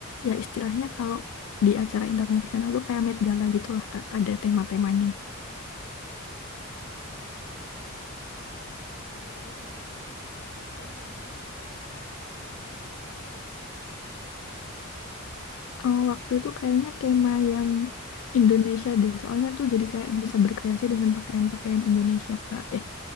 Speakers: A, on the left; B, on the left.
A: Ya, istilahnya kalau di acara internasional tuh kayak Met Gala gitu lah, Kak. Ada
B: oh,
A: tema-temanya.
B: oke, oke. Iya, iya, iya, iya, iya, iya. Paham, aku bisa gambarinnya sih. Tema yang paling kamu suka apa waktu wahana kreasi siswa itu?
A: Oh, waktu itu kayaknya tema yang Indonesia deh. Soalnya tuh jadi kayak bisa berkreasi dengan pakaian-pakaian Indonesia, Kak. Eh,